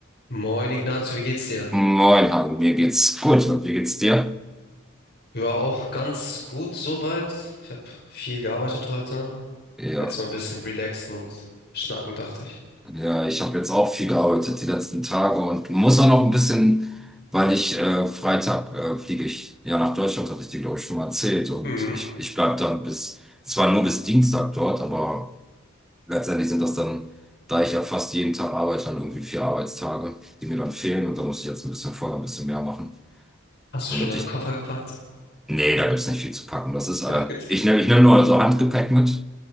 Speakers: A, on the left; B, in the centre.
A: Moin Ignazio, wie geht's dir?
B: Moin, Han, mir geht's gut und wie geht's dir?
A: Ja, auch ganz gut soweit. Ich habe viel gearbeitet heute.
B: Ja,
A: Jetzt mal ein bisschen relaxen und schnacken, dachte ich.
B: ja, ich habe jetzt auch viel gearbeitet die letzten Tage und muss auch noch ein bisschen, weil ich äh, Freitag äh, fliege ich ja nach Deutschland, hatte ich dir, glaube ich, schon mal erzählt und
A: Mhm.
B: ich, ich bleibe dann bis, zwar nur bis Dienstag dort, aber letztendlich sind das dann, da ich ja fast jeden Tag arbeite, dann irgendwie vier Arbeitstage, die mir dann fehlen und da muss ich jetzt ein bisschen vorher ein bisschen mehr machen,
A: Hast du
B: damit
A: schon deine
B: ich,
A: Koffer gepackt?
B: nee, da gibt's nicht viel zu packen. Das ist, äh,
A: <laughs> Es geht-
B: ich nehme ich nehm nur so Handgepäck mit.